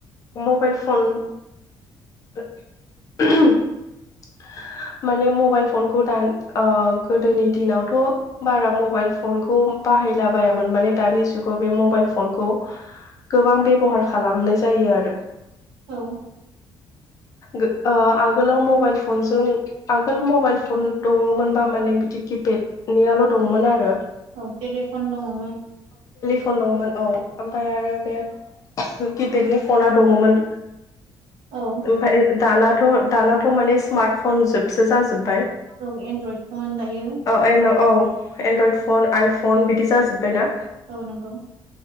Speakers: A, on the left; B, on the right.
A: मबाइल फन <inaudible>
B: <inaudible>
A: माने मबाइल फनखौ दा ओ गोदोनि दिनावथ' बारा मबाइल फनखौ बाहायलाबायायामोन माने दानि जुगाव बे मबाइल फनखौ गोबां बेबहार खालामनाय जायो आरो
B: औ
A: गो ओ आगोलाव मबाइल फनजों आगोल मबाइल फन दङोनबा माने बिदि किपेड नियाल' दंमोन आरो
B: औ टेलिफन दङमोन।
A: फन दंमोन औ ओमफ्राय आरो बे किपेडनि फना दङमोन।
B: औ
A: ओमफफ्राय दानाथ' दानाथ' माने स्मार्ट फन जोबसो जाजोब बाय
B: औ एनड्रइड फन दायो
A: औ <unintelligible> फन आइफन बिदि जाजोब्बाय ना?
B: औ नंगौ